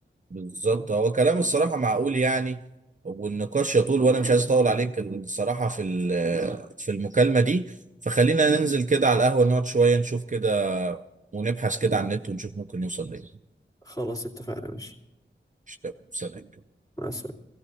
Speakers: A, on the right; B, on the left.
A: بالظبط هو كلام الصراحة معقول يعني والنقاش يطول وانا مش عايز اطول عليك الصراحة في ال- في المكالمة دي فخلينا ننزل كده على القهوة نقعد شوية نشوف كده ونبحث كده على النت ونشوف ممكن نوصل ليه
B: خلاص اتفقنا ماشي
A: مش تمام سلام
B: مع السلامه